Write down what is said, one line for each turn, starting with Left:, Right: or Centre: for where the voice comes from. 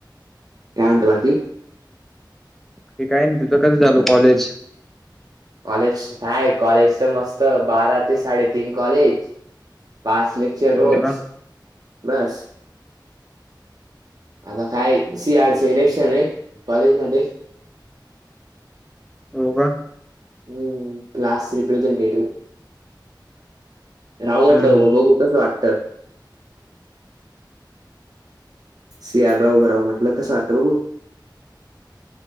Right: काय म्हणतो बाकी?
Centre: ते काय नाही, तुझं कसं चालु कॉलेज?
Right: कॉलेज काय कॉलेज तर मस्त बारा ते साडेतीन कॉलेज पाच ले चे रोज
Centre: हो का
Right: बस आता काय सी आर च इलेक्शन आहे कॉलेज मध्ये.
Centre: हो का.
Right: हम्म, क्लास रिप्रेझेंटेटिव्ह राहु वाटल्यावर
Centre: हम्म
Right: म बघू. कस वाटत सियार भाऊ बराव म्हट तुला कसं वाटतं बघू